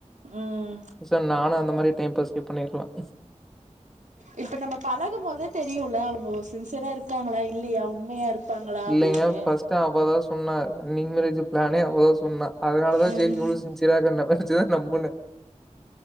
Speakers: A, on the right (about 75°); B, in the centre.
A: ம்
B: சார் நானும் அந்த மாரி டைம் பாஸ்கே பண்ணிரலாம்
A: இப்ப நம்ம பழகும் போதே தெரியும்ல அவங்க சின்சியரா இருக்காங்களா இல்லையா உண்மையா இருப்பாங்களா
B: இல்லைங்க
A: அப்படின்னு
B: ஃபர்ஸ்ட் அவதா சொன்னா ரீ மேரேஜ் பிளானே அவதான் சொன்னா அதனாலதான்
A: ம்
B: சரி இவளும் சின்சியரா இருக் பேச்சதான் நம்புனே